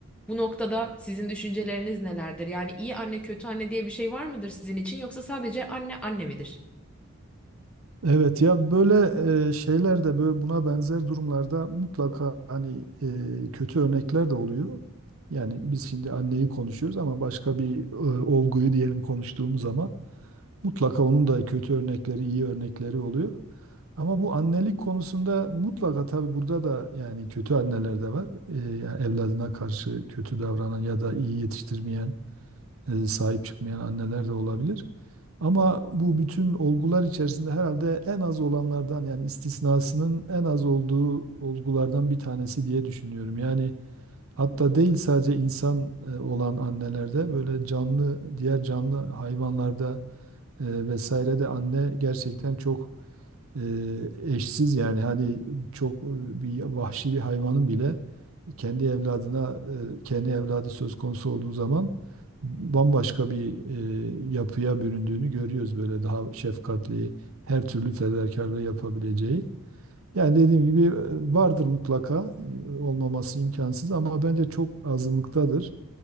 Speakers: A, in the centre; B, on the right.
A: Bu noktada sizin düşünceleriniz nelerdir? Yani iyi anne, kötü anne diye bir şey var mıdır sizin için yoksa sadece anne anne midir?
B: Evet ya böyle e, şeyler de böyle buna benzer durumlarda mutlaka hani e, kötü örnekler de oluyor. Yani biz şimdi anneyi konuşuyoruz ama başka bir e, olguyu diyelim konuştuğumuz zaman mutlaka onun da kötü örnekleri, iyi örnekleri oluyor. Ama bu annelik konusunda mutlaka tabii burada da yani kötü anneler de var. Ee, yani evladına karşı kötü davranan ya da iyi yetiştirmeyen, e, sahip çıkmayan anneler de olabilir. Ama bu bütün olgular içerisinde herhalde en az olanlardan yani istisnasının en az olduğu olgulardan bir tanesi diye düşünüyorum. Yani hatta değil sadece insan e, olan annelerde böyle canlı diğer canlı hayvanlarda e, vesaire de anne gerçekten çok e, eşsiz yani hani çok e, bir vahşi bir hayvanın bile kendi evladına e, kendi evladı söz konusu olduğu zaman bambaşka bir e, yapıya büründüğünü görüyoruz böyle daha şefkatli her türlü fedakarlığı yapabileceği. Yani dediğim gibi e, vardır mutlaka e, olmaması imkansız ama bence çok azınlıktadır